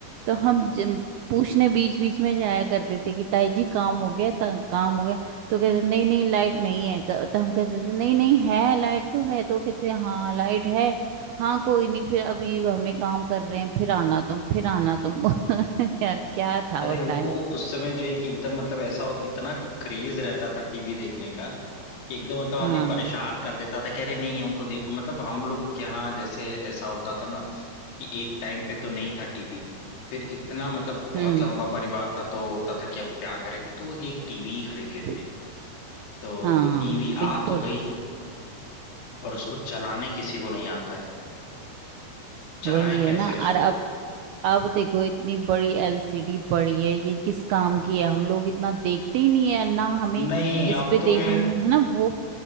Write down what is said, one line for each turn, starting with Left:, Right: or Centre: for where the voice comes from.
Right: तो हम जम- पूछने बीच बीच में जाया करते थे कि ताई जी काम हो गया ता, काम हो गया तो कहते नहीं नहीं लाइट नहीं है क- तो हम कहते थे नहीं नहीं है लाइट तो है तो कहते हाँ लाइट है हाँ कोई नहीं फिर अभी हमें काम कर रहे हैं फिर आना तुम फिर आना तुम <laughs> यार क्या था
Left: अरे
Right: वो टाइम
Left: वो उस समय जो है कि एकदम मतलब ऐसा होता इतना क्रेज रहता था टीवी देखने का कि एकदम मतलब आदमी
Right: हाँ
Left: परेशान कर देता था कि अरे नहीं हमको देख मतलब हम लोग के यहाँ जैसे ऐसा होता था ना कि एक टाइम पे तो नहीं था टीवी फिर इतना मतलब बहुत
Right: हम्म
Left: लंबा परिवार था तो होता था कि अब क्या करें कि तो वो एक टीवी खरीद लेते
Right: बिल-
Left: हैं तो
Right: हाँ
Left: टीवी
Right: बिल्कुल
Left: आ तो गई पर उसको चलाने किसी को नहीं आता है चलाएं
Right: वही है
Left: कैसे
Right: ना
Left: उसको
Right: और अब अब देखो इतनी बड़ी एलसीडी पड़ी है ये किस काम की है हम लोग इतना देखते ही नहीं है ना हमें
Left: नहीं
Right: इस
Left: अब
Right: पे
Left: तो
Right: देखने
Left: हमें
Right: में है ना वो